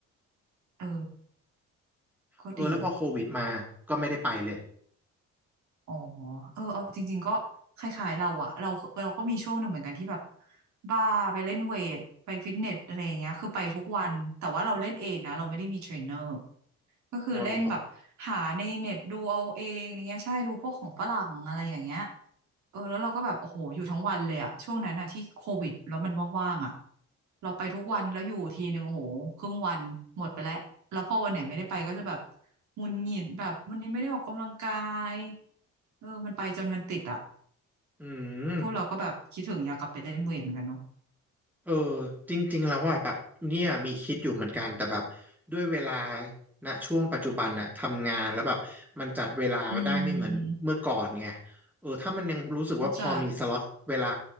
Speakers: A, on the right; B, in the centre.
A: เออก็ดี
B: เออแล้วพอโควิดมาก็ไม่ได้ไปเลย
A: อ๋อเออเอาจริงๆก็คล้ายๆเราอะเราเราก็มีช่วงหนึ่งเหมือนกันที่แบบบ้าไปเล่นเวทไปฟิตเนสอะไรอย่างเงี้ยคือไปทุกวันแต่ว่าเราเล่นเองนะเราไม่ได้มีเทรนเนอร์ก็คือเล่นแบบหาในเน็ตดูเอาเองอย่างเงี้ยใช่ดูพวกของฝรั่งอะไรอย่างเงี้ย
B: อ๋อเหรอ
A: เออแล้วเราก็แบบโอ้โหอยู่ทั้งวันเลยอะช่วงนั้นอะที่โควิดแล้วมันว่างๆอะเราไปทุกวันแล้วอยู่ทีหนึ่งโอ้โหครึ่งวันหมดไปแล้วแล้วพอวันไหนไม่ได้ไปก็จะแบบหงุดหงิดแบบวันนี้ไม่ได้ออกกำลังกายเออมันไปจนมันติดอะ
B: อืม
A: พวกเราก็แบบคิดถึงอยากกลับไปเล่นเวทเหมือนกันเนาะ
B: เออจริงๆแล้วว่าแบบเนี่ยมีคิดอยู่เหมือนกันแต่แบบด้วยเวลาณช่วงปัจจุบันน่ะทำงานแล้วแบบมันจัดเวลาได้ไม่เหมือนเมื่อก่อนไง
A: อืม
B: เออถ้ามันยังรู้สึกว่าพอมีสล็อตเวลา
A: เข้าใจ